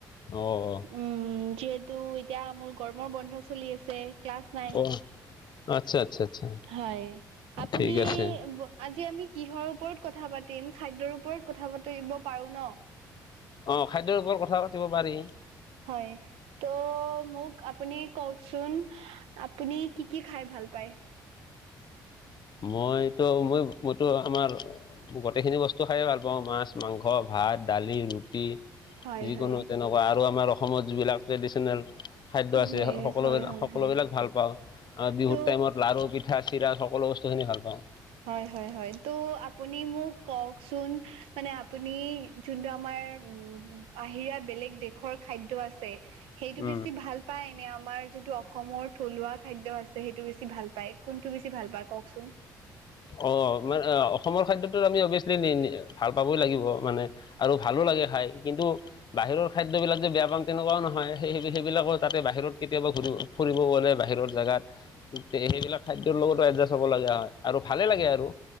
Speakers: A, on the left; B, on the right.
A: অ অ
B: উম যিহেতু এতিয়া মোৰ গৰমৰ বন্ধ চলি আছে। ক্লাছ নাই।
A: অ আচ্ছা আচ্ছা আচ্ছা
B: হয় আপুনি
A: ঠিক আছে
B: ব আজি আমি কিহৰ ওপৰত কথা পাতিম খাদ্যৰ ওপৰত কথা পাতিব পাৰোঁ ন।
A: অঁ খাদ্যৰ ওপৰত কথা পাতিব পাৰি
B: হয় ত' মোক আপুনি কওকচোন আপুনি কি কি খাই ভাল পায়।
A: মইতো মই মইতো আমাৰ গোটেইখিনি বস্তু খাই ভাল পাওঁ মাছ, মাংস, ভাত, দালি, ৰুটি টি
B: হয়
A: যিকোনো
B: হয়
A: তেনেকুৱা আৰু আমাৰ অসমত যিবিলাক ট্ৰেডিশ্যনেল খাদ্য আছে
B: হয়
A: সকলোবিল
B: হয়
A: সকলোবিলাক
B: হয়
A: ভাল পাওঁ বিহুত
B: ত'
A: টাইমত লাড়ু পিঠা চিৰা সকলো বস্তু বস্তুখিনি ভাল পাওঁ।
B: হয় হয় হয় ত' আপুনি মোক কওকচোন? মানে, আপুনি যোনটো আমাৰ উ বাহিৰা বেলেগ দেশৰ খাদ্য আছে সেইটো
A: উম
B: বেছি ভাল পায় নে, আমাৰ যোনটো অসমৰ থলুৱা খাদ্য আছে সেইটো বেছি ভাল পায়, কোনটো বেছি ভাল পায় কওকচোন?
A: অঁ মানে অসমৰ খাদ্যটোত আমি অবিয়াচলি নি নি ভাল পাবই লাগিব মানে আৰু ভালো লাগে খাই কিন্তু, বাহিৰৰ খাদ্যবিলাক যে বেয়া পাম তেনেকুৱাও নহয়। সেই স সেইবিলাকো তাতে বাহিৰত কেতিয়াবা ঘূৰিব ফুৰিব গ'লে বাহিৰৰ জেগাত সেইবিলাক খাদ্যৰ লগতো এডজাষ্ট হ'ব লগা হয়, আৰু ভালেই লাগে আৰু